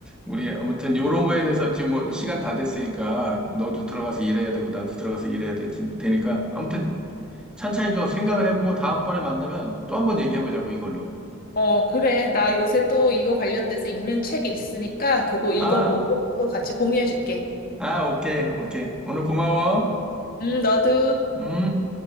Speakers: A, in the centre; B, on the left.
A: 우리 아무튼 요런 거에 대해서 지금 뭐 시간 다 됐으니까 너도 들어가서 일해야 되고 나도 들어가서 일해야 되, 되니까 아무튼 찬찬히 좀 생각을 해보고 다음번에 만나면 또 한 번 얘기해보자고 이걸로.
B: 어, 그래. 나 요새 또 이거 관련돼서 읽는 책이 있으니까 그거 읽어보고
A: 아,
B: 또 같이 공유해줄게.
A: 아, 오케이, 오케이. 오늘 고마워.
B: 음, 너도.
A: 음.